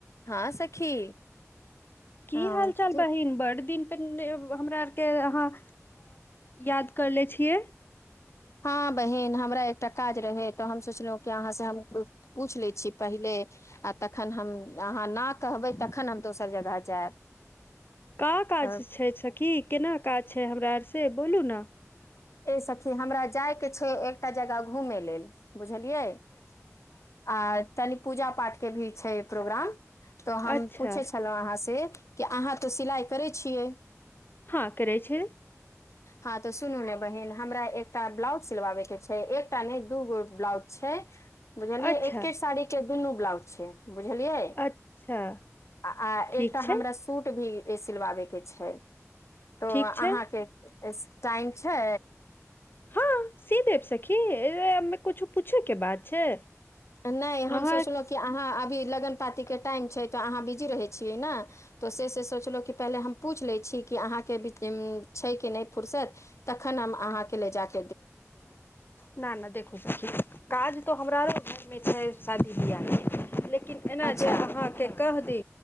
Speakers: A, on the left; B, on the left.
A: हँ सखी
B: की
A: हँ
B: हाल चाल
A: की
B: बहिन बड़ दिन हमरा आरके अहाँ याद करले छियै
A: हँ बहिन हमरा एकटा काज रहै तऽ हम सोचलहुं कि अहाँ से हम पूछि लै छी पहिले आ तखन हम अहाँ ना कहबै तखन हम दोसर जगह जायब
B: का काज
A: अ
B: छै सखी केना काज छै हमरा अर से बोलू न
A: ए सखी हमरा जाय के छै एकटा जगह घूमय लेल बुझलिय अच्छा आ तनि पूजा पाठ के भी छै प्रोग्राम तो हम
B: अच्छा
A: पूछै छलहुं अहाँ से कि अहाँ तऽ सिलाइ करै छियै
B: हँ करै छै
A: हँ तऽ सुनू ने बहिन हमरा एकटा ब्लाउज सिलवाबे के छै एकटा ने दूगो ब्लाउज छै छै बुझलियै
B: अच्छा
A: एके साड़ी के दुनू ब्लाउज छै बुझलियै
B: अच्छा
A: आ आ
B: ठीक
A: एकटा
B: छै
A: हमरा सूट भी ए सिलवाबे के छै तो
B: ठीक
A: अहाँके
B: छै
A: टाइम छै
B: हँ सी देव सखीे एहमें कुछो पूछय के बात छै
A: नई हम
B: अहाँ
A: सोचलहुँ कि अहाँ लगन पाती के टाइम छै त अहाँ बिजी रहे छियै ने त से से सोचलो कि पहले हम पूछ ले छी कि कि अहाँके बिचे में छै कि नै फुरसत तखन हम अहाँ के ले जेब
B: न न देखू सखी काज तऽ हमरा रो घर में छै शादी बिआाह में लेकिन एना
A: अच्छा
B: जे अहाँ के कह जी